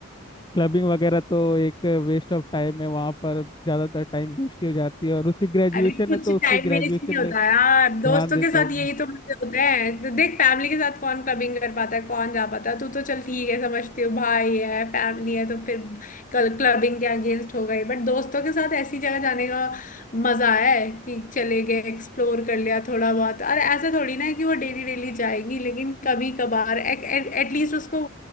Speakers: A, on the left; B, on the left.
A: क्लबिंग वगैरह तो एक वेस्ट ऑफ टाइम है वहाँ पर ज़्यादातर टाइम वेस्ट ही हो जाती है और उसकी ग्रेजुएशन
B: अरे कुछ
A: है तो उसकी
B: टाइम
A: ग्रेजुएशन
B: वेस्ट नहीं होता
A: में
B: यार
A: ध्यान
B: दोस्तों
A: देता
B: के साथ
A: हूँ
B: यही तो मजे होते हैं तो देख फैमिली के साथ कौन क्लबिंग कर पाता है कौन जा पाता है तू तो चल ठीक है समझती हो भाई है फैमिली है तो फिर कल क्लबिंग के अगेंस्ट हो गई बट दोस्तों के साथ ऐसी जगह जाने का मजा है कि चले गए एक्सप्लोर कर लिया थोड़ा बहुत अरे ऐसा थोड़ी ना है कि वो डेली डेली जाएगी लेकिन कभी कभार एटलीस्ट उसको